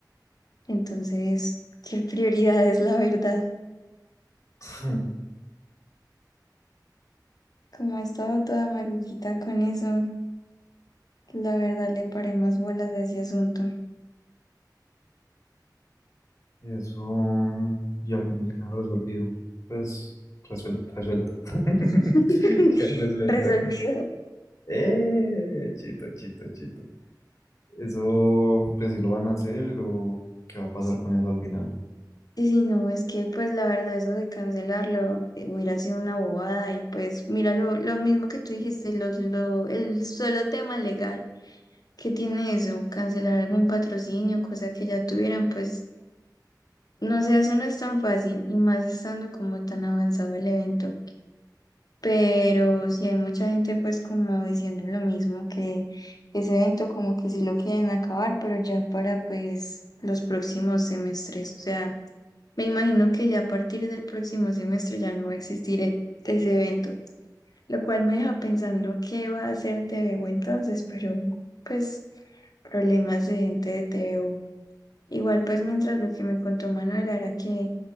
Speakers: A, on the left; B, on the left.
A: entonces, qué prioridades, la verdad,
B: <clears throat>
A: como ha estado toda malujita con eso, la verdad le paré más bolas a ese asunto.
B: <laughs> eso y al final quedaron resolvido. Pues resuel- resuelto. <laughs>
A: <laughs>
B: Ya resuelto.
A: Resolvido.
B: Eh, chito, chito, chito. Eso, pues si lo van a hacer o qué va a pasar
A: Sí,
B: con eso al final.
A: sí, sí, no, es que pues la verdad eso de cancelarlo eh, hubiera sido una bobada y pues mira lo, lo mismo que tú dijiste, lo, lo- el solo tema legal que tiene eso, cancelar algún patrocinio, cosa que ya tuvieran, pues no sé, eso no es tan fácil y más estando como tan avanzado el evento, pero sí hay mucha gente pues como diciendo lo mismo que ese evento como que sí lo quieren acabar, pero ya para pues los próximos semestres, o sea... Me imagino que ya a partir del próximo semestre ya no va a existir e- ese evento, lo cual me deja pensando qué va a hacer TVU entonces, pero pues problemas de gente de TVU. Igual pues mientras lo que me contó Manuel era que